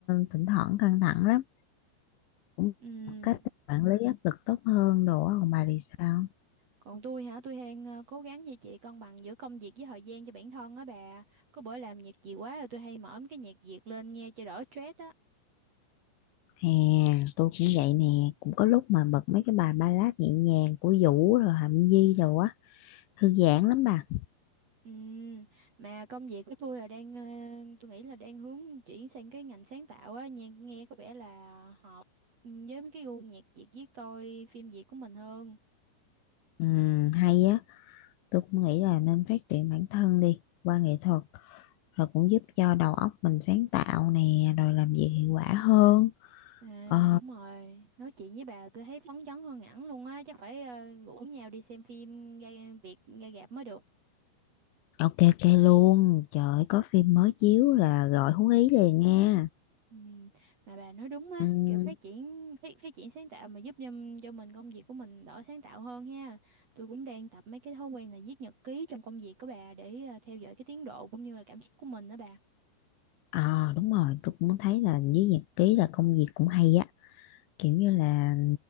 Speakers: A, on the left; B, on the right.
A: thỉnh thoảng căng thẳng lắm. Cũng
B: Ừ.
A: một cách để quản lý áp lực tốt hơn đồ á. Còn bà thì sao?
B: Còn tôi hả? Tôi đang ờ, cố gắng duy trì cân bằng giữa công việc với thời gian cho bản thân á bà. Có bữa làm việc nhiều quá rồi tôi hay mở mấy cái nhạc Việt lên nghe cho đỡ stress á.
A: À, tôi cũng vậy nè, cũng có lúc mà bật mấy cái bài ballad nhẹ nhàng của Vũ rồi Hạnh Nhi rồi á, thư giãn lắm bà.
B: Ừm, Mà công việc của tôi là đang ờ, tôi nghĩ là đang hướng chuyển sang cái ngành sáng tạo á, nghe, nghe có vẻ là hợp ừ, với mấy cái gu nhạc Việt với coi phim Việt của mình hơn.
A: Ừm, hay á, tôi cũng nghĩ là nên phát triển bản thân đi qua nghệ thuật, rồi cũng giúp cho đầu óc mình sáng tạo nè, rồi làm việc hiệu quả hơn.
B: À
A: Ờ,
B: đúng rồi, nói chuyện với bà tôi thấy phấn chấn hơn hẳn luôn á, chắc phải ờ, rủ nhau đi xem phim ra Việt ra rạp mới được.
A: ok ok luôn, trời ơi, có phim mới chiếu là gọi Hú Ý liền nha.
B: Ừ, mà bà nói đúng á
A: Ừm,
B: kiểu phát triển phát, phát triển sáng tạo mà giúp cho, cho mình công việc của mình đỡ sáng tạo hơn ha tôi cũng đang tập mấy cái thói quen là viết nhật ký trong công việc của bà để à, theo dõi cái tiến độ cũng như là cảm xúc của mình đó bà
A: à đúng rồi, tôi cũng thấy là với nhật ký là công việc cũng hay á. kiểu như là